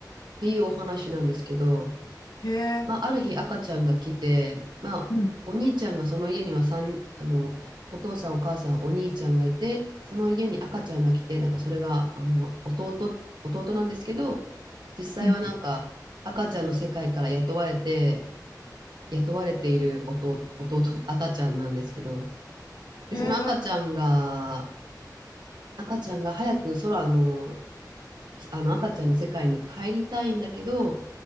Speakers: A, on the right; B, on the left.
A: っていうお話なんですけど、
B: へえ、
A: まあ、ある日赤ちゃんが来て、まあ、
B: うん、
A: お兄ちゃんがその家にはさんあの、お父さん、お母さん、お兄ちゃんがいて、その家に赤ちゃんが来て、なんかそれがあの弟、弟なんですけど、実際はなんか赤ちゃんの世界から雇われて、
B: うん、
A: 雇われている弟、弟、赤ちゃんなんですけど、
B: へえ、
A: で、その赤ちゃんが、赤ちゃんが早く空の、あの赤ちゃんの世界に帰りたいんだけど、